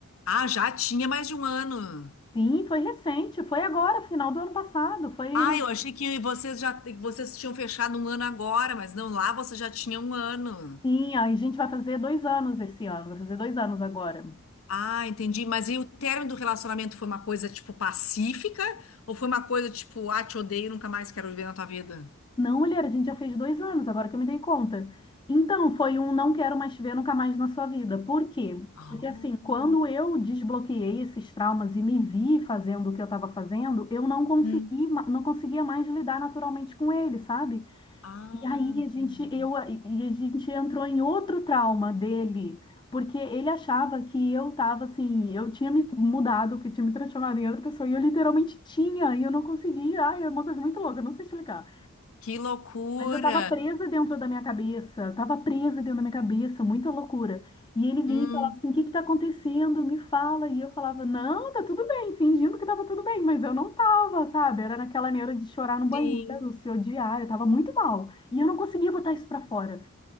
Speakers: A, on the left; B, on the left.
A: Ah, já tinha mais de um ano.
B: Sim, foi recente, foi agora, final do ano passado. Foi.
A: Ah, eu achei que vocês já vocês tinham fechado um ano agora, mas não, lá você já tinha um ano.
B: Sim, aí a gente vai fazer dois anos esse ano, vai fazer dois anos agora.
A: Ah, entendi. Mas e o término do relacionamento foi uma coisa, tipo, pacífica? Ou foi uma coisa, tipo, ah, te odeio, nunca mais quero viver na tua vida?
B: Não, mulher, a gente já fez dois anos, agora que eu me dei conta. Então, foi um não quero mais te ver nunca mais na sua vida. Por quê?
A: Oh.
B: Porque assim, quando eu desbloqueei esses traumas e me vi fazendo o que eu estava fazendo, eu não consegui,
A: Hum.
B: ma- não conseguia mais lidar naturalmente com ele, sabe?
A: Ah,
B: E aí
A: entendi.
B: a gente, eu, e a gente entrou em outro trauma dele, porque ele achava que eu estava assim, eu tinha me mudado, que tinha me transformado em outra pessoa, e eu literalmente tinha, e eu não conseguia. Ai, é uma coisa muito louca, eu não sei explicar.
A: Que loucura.
B: Mas eu tava presa dentro da minha cabeça, eu tava presa dentro da minha cabeça, muita loucura. E ele vinha
A: Hum,
B: e falava assim: o que que tá acontecendo? Me fala. E eu falava: não, tá tudo bem, fingindo que tava tudo bem, mas eu não tava, sabe? Era naquela neura de chorar no banheiro,
A: sim.
B: se odiar, eu tava muito mal. E eu não conseguia botar isso pra fora.